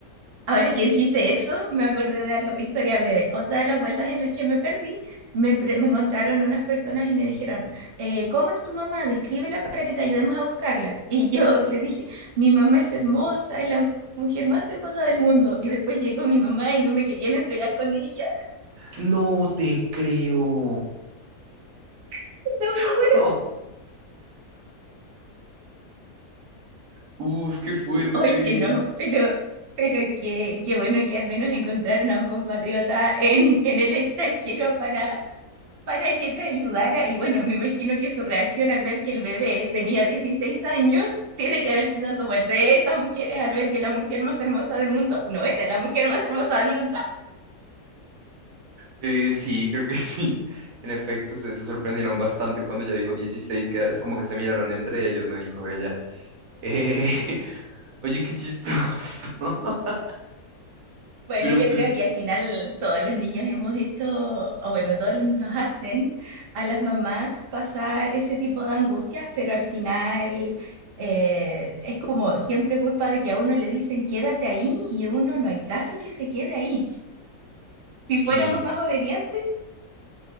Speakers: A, on the right; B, on the right.
A: Ahora que dijiste eso, me acordé de algo, historia breve. Otra de las vueltas en las que me perdí, me, pre- me encontraron unas personas y me dijeron, eh, ¿cómo es tu mamá? Descríbela para que te ayudemos a buscarla. Y yo le dije, mi mamá es hermosa, es la mujer más hermosa del mundo. Y después llegó mi mamá y no me querían entregar con ella,
B: No te creo.
A: <laughs> lo
B: <laughs>
A: juro.
B: Uf, qué fuerte.
A: Oye, no, pero, pero qué, qué bueno que al menos encontraron a un compatriota en, en el extranjero para, para que te ayudara. Y bueno, me imagino que su reacción al ver que el bebé tenía 16 años tiene que haber sido como el de estas mujeres al ver que la mujer más hermosa del mundo no era la mujer más hermosa del mundo.
B: Eh, sí, creo que <laughs> sí. En efecto, se, se sorprendieron bastante cuando ella dijo 16, que es como que se miraron entre ellos, me dijo ella. Eh, <laughs> oye, qué chistoso. <laughs>
A: Bueno,
B: Pero
A: yo
B: pues
A: creo que al final todos los niños hemos hecho, o bueno, todos los niños hacen a las mamás pasar ese tipo de angustias, pero al final eh, es como siempre culpa de que a uno le dicen quédate ahí y uno no hay caso que se quede ahí. <laughs> Si
B: sí,
A: fuéramos más obedientes,